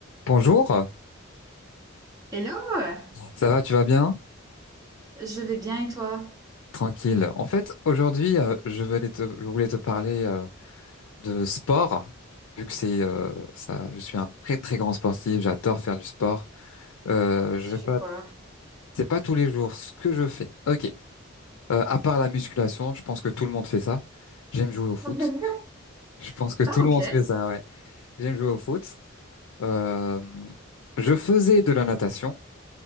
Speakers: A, on the left (about 80°); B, on the right (about 15°).
A: Bonjour,
B: Hello!
A: ça va, tu vas bien?
B: Je vais bien et toi?
A: Tranquille. En fait, aujourd'hui, euh, je voulais te, je voulais te parler euh, de sport, vu que c'est euh, ça, je suis un très très grand sportif, j'adore faire du sport. Euh, je
B: Tu
A: vais
B: fais
A: pas,
B: quoi?
A: c'est pas tous les jours ce que je fais. Ok. Euh, à part la musculation, je pense que tout le monde fait ça. J'aime jouer au
B: <laughs>
A: foot. Je pense que tout
B: Ah,
A: le
B: ok.
A: monde fait ça, ouais. J'aime jouer au foot. Euh, je faisais de la natation.